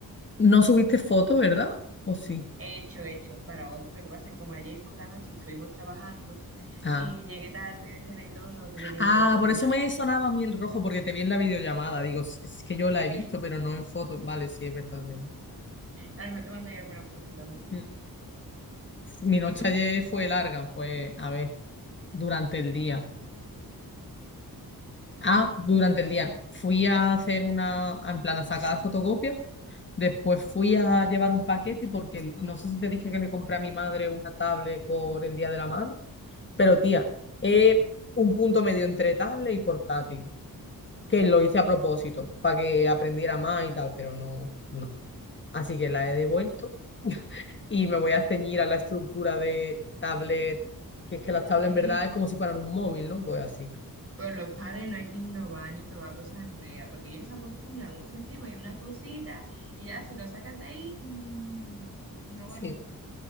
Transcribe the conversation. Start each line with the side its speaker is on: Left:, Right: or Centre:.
Left: No subiste foto, ¿verdad? ¿O sí?
Right: He hecho, he hecho para hoy. Lo que pasa es que como ayer por la noche estuvimos trabajando
Left: Ah.
Right: y llegué tarde de cena y todo, no tuve tiempo
Left: Ah,
Right: de subir
Left: por eso
Right: nada.
Left: me sonaba a mí el rojo, porque te vi en la videollamada. Digo, "Es es que yo la
Right: Sí,
Left: he visto, pero no en foto. Vale, sí, es verdad, es verdad.
Right: a lo mejor te mandaré alguna foto también.
Left: Mm. Mi noche
Right: ¿Y tú?
Left: ayer fue larga, pues, a ver, durante el día. Ah, durante el día. Fui a hacer una, en plan, a sacar fotocopias. Después fui a llevar un paquete porque no sé si te dije que le compré a mi madre una tablet por el Día de la Madre. Pero tía, eh, un punto medio entre tablet y portátil, que lo hice a propósito, para que aprendiera más y tal, pero no, no. Así que la he devuelto <laughs> y me voy a ceñir a la estructura de tablet, que es que las tablets
Right: Es
Left: en verdad
Right: que
Left: es como si fueran un móvil, ¿no? Pues así.
Right: Con los padres no hay que innovar ni probar cosas nuevas, porque ellos se acostumbran a un sistema y una cosita, y ya si lo sacas de ahí, mm, no
Left: Sí.
Right: van bien.